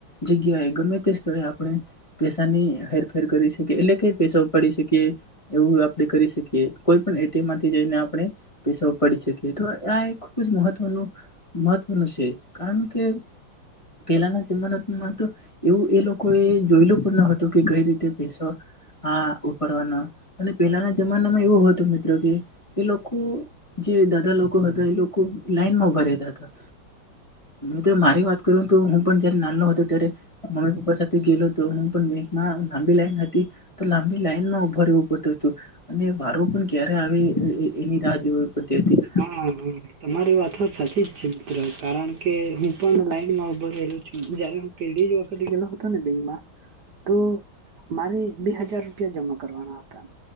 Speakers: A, on the left; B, on the right.
A: જગ્યાએ ગમે તે સ્થળે આપણે પેસાની હેરફેર કરી શકીએ એટલે કે પૈસા ઉપાડી શકી એવું આપડે કરી શકીએ કોઈ પણ એટીએમ માંથી જઈને આપણે પૈસા ઉપાડી શકીએ તો આ એ ખૂબ જ મહત્વનું મહત્વનું છે કારણ કે, પહેલાના જમાનામાં તો એવું એ લોકો એ જોયેલું પણ ન હતું કે કઈ રીતે પૈસા હા ઉપાડવાના અને પેલાના જમાનામાં એવું હતું મિત્રો કે એ લોકો જે દાદા લોકો હતા એ લોકો લાઈન માં ઉભા રહેતા હતા મિત્રો મારી વાત કરું તો હું પણ જયારે નાનો હતો ત્યારે મમ્મી પપ્પા સાથે ગએલો તો હું પણ બેંકમાં લાંબી લાઈન હતી તો લાંબી લાઈન માં ઉભા રહેવું પડતું હતું અને વારો પણ ક્યારે આવે એ એની રાહ જોવી પડતી હતી.
B: <unintelligible> તમારી વાતો સાચી જ છે મિત્ર કારણ કે હું પણ લાઈન માં ઉભો રહેલું છું જયારે પેલી જ વખતે ગયેલો હતો ને બેંકમાં તો મારે બે હજાર રૂપિયા જમા કરવાના હતા